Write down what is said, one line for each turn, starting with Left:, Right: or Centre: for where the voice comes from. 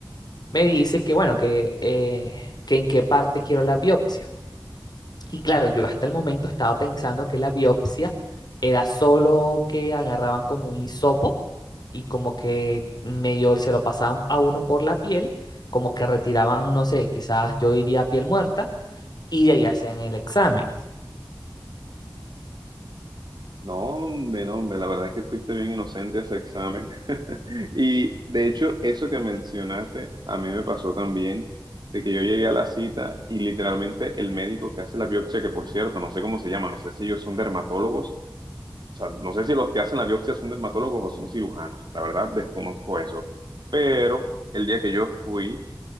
Left: me dice que, bueno, que, eh, que en qué parte quiero la biopsia. Y claro, yo hasta el momento estaba pensando que la biopsia era solo que agarraban como un hisopo y como que medio se lo pasaban a uno por la piel, como que retiraban, no sé, quizás yo diría piel muerta y de ahí hacían el examen.
Right: No, hombre, no, hombre, la verdad es que fuiste bien inocente a ese examen. <laughs> Y de hecho, eso que mencionaste, a mí me pasó también, de que yo llegué a la cita y literalmente el médico que hace la biopsia, que por cierto, no sé cómo se llama, no sé si ellos son dermatólogos O sea, no sé si los que hacen la biopsia son dermatólogos o son cirujanos. La verdad, desconozco eso. Pero el día que yo fui,